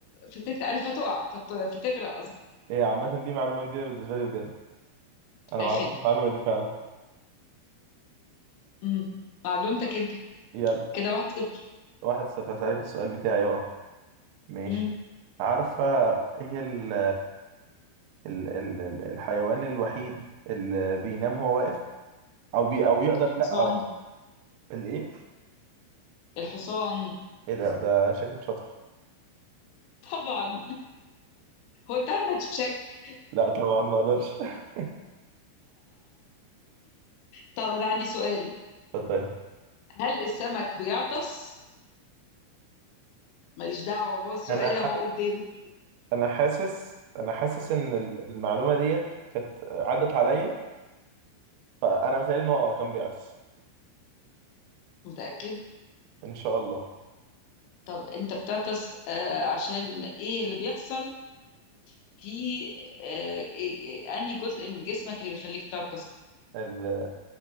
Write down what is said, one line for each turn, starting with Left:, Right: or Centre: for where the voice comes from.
Left: فتتقل فتقع فت... فتغرق قصدي
Right: هي عامة دي معلومة جديدة بالنسبة لي بجد أنا
Left: آخر
Right: ما اعرفش المعلومة دي فعلا
Left: مم. معلومتك أنت
Right: يلا
Left: كده واحد صفر
Right: واحد صفر هسألك السؤال بتاعي أهو ماشي
Left: مم.
Right: عارفة إيه هي ال... ال... ال... ال- الحيوان الوحيد اللي بينام وهو واقف أو بي... أو يقدر
Left: الحصان
Right: لا أو الإيه
Left: الحصان
Right: إيه ده ده شكلك شاطر
Left: طبعا هو أنت عندك شك
Right: لا طبعا ما أقدرش <laughs>
Left: طب أنا عندي سؤال
Right: اتفضلي
Left: هل السمك بيعطس؟ ماليش دعوة هو السؤال
Right: أنا
Left: أهو قدامي
Right: انا حاسس انا حاسس ان ال- المعلومه ديت كانت عدت عليا فانا مثالي ان هو اه كان بيعطس
Left: متأكد؟
Right: ان شاء الله
Left: طب أنت بتعطس آه عشان إيه اللي بيحصل في آه إيه- إيه- أنهي جزء من جسمك اللي بيخليك تعطس؟
Right: ال...